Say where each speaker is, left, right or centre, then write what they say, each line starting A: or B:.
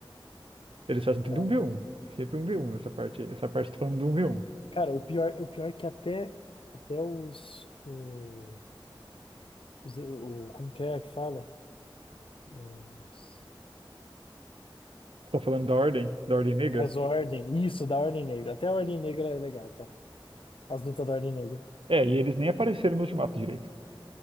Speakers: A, on the right; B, on the left.
A: Eles fazem tudo
B: Cara,
A: um v um. Sempre um v um nessa parte. Essa parte tá falando do um v um.
B: cara, o pior, o pior é que até, até os, o, os- o- Como que é que fala? Os,
A: Tá falando da ordem, da ordem negra.
B: das Ordem. Isso, da Ordem Negra. Até a Ordem Negra é legal, cara. As lutas da Ordem Negra.
A: É, e eles nem apareceram no Ultimato direito.